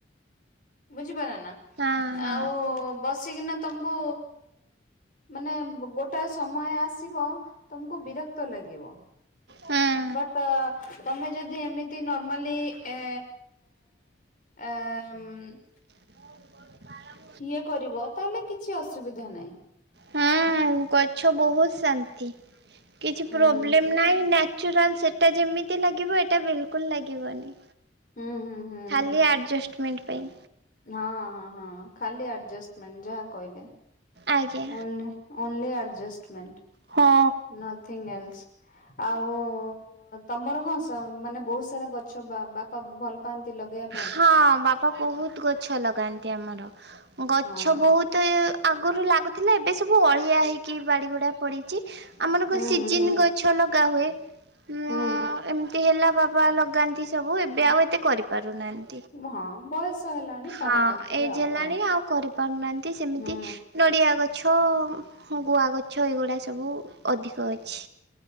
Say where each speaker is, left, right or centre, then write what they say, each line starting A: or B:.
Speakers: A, on the left (about 45°); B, on the right (about 60°).
A: ବୁଝିପାରିଲନା
B: ହଁ ହଁ
A: ଆଉ ବସିକିନା ତମକୁ ମାନେ ଗୋଟେ ସମୟ ଆସିବ ତମକୁ ବିରକ୍ତ ଲାଗିବ।
B: ହୁଁ।
A: ବଟ୍ ତମେ ଯଦି ଏମିତି ନର୍ମାଲି ଏ ଏ ଆ ମ୍
B: <unintelligible>
A: ସିଏ କରିବ ତାହେଲେ କିଛି ଅସୁବିଧା ନାହିଁ।
B: ହୁଁ ଗଛ ବହୁତ୍ ଶାନ୍ତି କିଛି
A: ହୁଁ
B: ପ୍ରୋବ୍ଲେମ୍ ନାଇଁଚୁରାଲ ସେ ଟା ଯେମିତି ଲାଗିବ ଏଟା ବିଲିକୁଲ୍ ଲାଗିବନି।
A: ହୁଁ ହୁଁ ହୁଁ
B: ଖାଲି ଆଡଜଷ୍ଟମେଣ୍ଟ ପାଇଁ।
A: ହଁ ହଁ ହଁ ଖାଲି ଆଡ଼ଜଷ୍ଟମେଣ୍ଟ ଯାହା କହିଲେ।
B: ଆଜ୍ଞା।
A: ଓନ୍ଲି ଓନ୍ଲି ଆଡଜଷ୍ଟମେଣ୍ଟ
B: ହଁ।
A: ନଥ୍ ଥ୍ଗିଲେନ୍ସ୍ ଆଉ ତମର କଣ ସ ମାନେ ବହୁତ୍ ସାରା ଗଛ ବା ବା ପା ଭଲ ପାଆନ୍ତି ଲଗେଇବା ପାଇଁ।
B: ହଁ ବାପା ବହୁତ୍ ଗଛ ଲଗାନ୍ତି ଆମର ଗଛ
A: ହଁ
B: ବହୁତ୍ ଆଗରୁ ଲାଗୁଥିଲା ଏବେ ସବୁ ଅଳିଆ ହେଇକି ବାଡ଼ିଗୁଡ଼ା ପଡ଼ିଚି। ଆମର କଣ
A: ହୁଁ
B: ସିଜିନ୍
A: ହୁଁ
B: ଗଛ ଲଗା ହୁଏ ଉଁ ଏ
A: ହୁଁ
B: ଏମିତି ହେଲା ବାବା ଲଗାନ୍ତି ସବୁ ଏବେ ଆଉ ଏତେ କରିପାରୁନାହାନ୍ତି।
A: ହଁ ବୟସ ହେଲାଣି
B: ହଁ
A: ପାରୁନଥିବେ
B: ଏଜ୍
A: ଆଉ
B: ହେଲାଣି
A: ହଁ।
B: ଆଉ କରିପାରୁନାହାନ୍ତି ସେମିତି
A: ହୁଁ
B: ନଡ଼ିଆ ଗ ଛ ଗୁଆ ଗଛ ଏଗୁଡ଼ା ସବୁ ଅଧିକ ଅଛି।